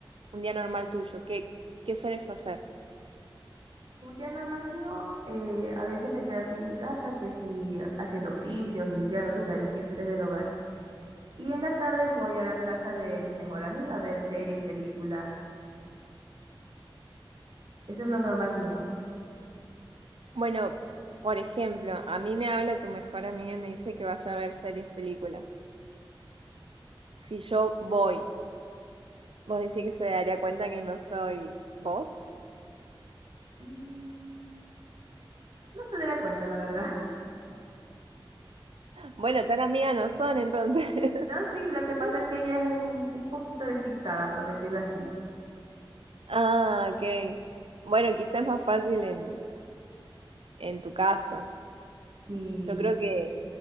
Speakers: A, on the right; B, on the right.
A: un día normal tuyo? ¿Qué, qué sueles hacer?
B: Un día normal mío, eh, a veces me quedo aquí en mi casa, que si haciendo oficios, limpiando, tú sabes, los quehaceres del hogar. Y en la tarde voy a la casa de mi mejor amiga a ver series, películas. Eso es lo normal mío.
A: Bueno, por ejemplo, a mí me habla tu mejor amiga y me dice que vaya a ver series, películas. Si yo voy, vos decís que se daría cuenta que no soy vos.
B: Mm, No se dará cuenta, la verdad.
A: Bueno, tan amiga no son entonces.
B: No, sí, lo que pasa
A: <laughs>
B: es que ella es un, un poquito despistada, por decirlo así.
A: Ah, ok. Bueno, quizás es más fácil en, en tu caso.
B: Sí,
A: Yo creo que